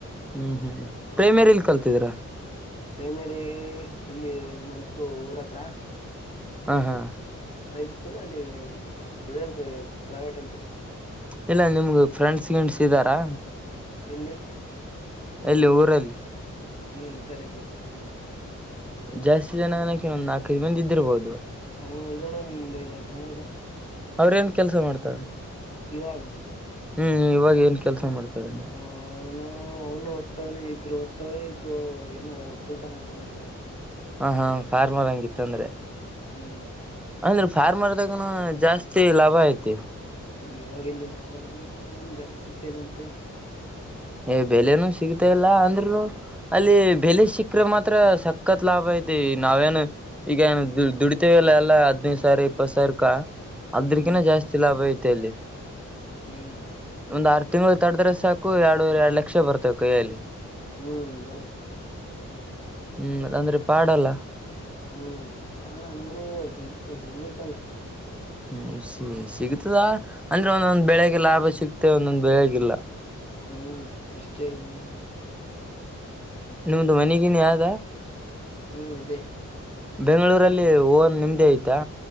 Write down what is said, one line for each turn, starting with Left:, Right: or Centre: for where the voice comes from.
Centre: ಹ್ಮ್ ಹ್ಮ್ ಪ್ರೈಮರಿಲ್ ಕಲ್ತಿದ್ರ.
Left: ಪ್ರೈಮರಿ ಇಲ್ಲಿ ನಮಸ್ಕೂ ಊರ್ ಹತ್ರ.
Centre: ಹಾ ಹಾ
Left: ಹೈ ಸ್ಕೂಲ್ ಅಲ್ಲಿ ಪ್ರೈವೇಟ್ <unintelligible>
Centre: ಇಲ್ಲ ನಿಮ್ಗ ಫ್ರೆಂಡ್ಸ್ ಗಿಂಡ್ಸ್ ಇದರಾ.
Left: ಎಲ್ಲಿ
Centre: ಎಲ್ಲಿ ಊರಲ್ಲಿ
Left: ಹ್ಮ್ ಇದಾರೆ ಜಾಸ್ತಿ ಜನ.
Centre: ಜಾಸ್ತಿ ಜನ ಅನ್ನಕೆ ನಾಲ್ಕೈದು ಮಂದಿ ಇದ್ದಿರ್ಬೋದು.
Left: ಹ ಇದಾರೆ ಒಂದ್ ಐದಾರ್ ಜನ ಇ
Centre: ಅವ್ರ ಏನ್ ಕೆಲ್ಸ ಮಾಡ್ತಾರೆ.
Left: ಇವಾಗ
Centre: ಹ್ಮ್ ಇವಾಗ ಏನ್ ಕೆಲ್ಸ ಮಾಡ್ತಾರೆ.
Left: ಹ ಅವ್ನು ಅವನು ಓದ್ತವ್ನೆ ಇಬ್ರು ಓದ್ತವ್ರೆ ಇಬ್ರು ಏನ ಒಕ್ಕಲ್ತನ ಅಂತ ಮಾಡ್ತವ್ರೆ.
Centre: ಹಾ ಹಾ ಫಾರ್ಮರ್ ಹಂಗಿತ್ತ ಅಂದ್ರೆ.
Left: ಹ್ಮ್
Centre: ಅಂದ್ರೆ ಫಾರ್ಮರ್ದಾಗನು ಜಾಸ್ತಿ ಲಾಭ ಐತಿ
Left: ಇವಾಗಲ್ಲಿ ಲಾಭ ಏನ್ ಬೆಳೆ ಸಿಗ್ತ ಇಲ್ಲ ಅಂತೆ
Centre: ಏ್ ಬೆಲೆನುಸಿಗತ ಇಲ್ಲ ಅಂದ್ರರುನು ಅಲ್ಲಿ ಬೆಲೆ ಸಿಕ್ಕ್ರ ಮಾತ್ರ ಸಕ್ಕತ್ ಲಾಭ ಐತಿ ನಾವೇನು ಈಗ ದುಡಿತೇವೆಲ್ಲ ಎಲ್ಲಾ ಹದ್ನದು ಸಾವಿರ ಇಪ್ಪತ್ ಸಾವಿರಕ್ಕ ಅದ್ರಕಿನ
Left: ಹ್ಮ್
Centre: ಜಾಸ್ತಿ ಲಾಭೈತ ಅಲ್ಲಿ
Left: ಹ್ಮ್
Centre: ಒಂದ್ ಆರ್ ತಿಂಗಳು ತಡದ್ರೆ ಸಾಕು ಎರಡುಎರಡು ಲಕ್ಷ ಬರ್ತವೆ ಕೈಯಲ್ಲಿ
Left: ಹ್ಮ್ ಬರುತ್
Centre: ಹ್ಮ್ ಅಂದ್ರೆ ಪಾಡಲ್ಲ
Left: ಹ್ಮ್ ಬಾಳ ಅಂದ್ರೂ ಸಿಗ್ತ ಸಿಗ್ಕ್
Centre: ಹ್ಮ್ ಸ ಸಿಗ್ತದಾ ಅಂದ್ರೆ ಒಂದೊಂದ್ ಬೆಳೆಗೆ ಲಾಭ ಸಿಗ್ತೆ ಒಂದೊಂದ್ ಬೆಳಗಿಲ್ಲ
Left: ಹ್ಮ್ ಇಷ್ಟೇ ಇನ್ನೇನು
Centre: ನಿಮ್ದು ಮನೆಗನ್ ಯ್ದ
Left: ಹ್ಮ ಇದೆ
Centre: ಬೆಂಗಳೂರಲ್ಲಿ ಓನ್ ನಿಮ್ದೇ ಆಯ್ತಾ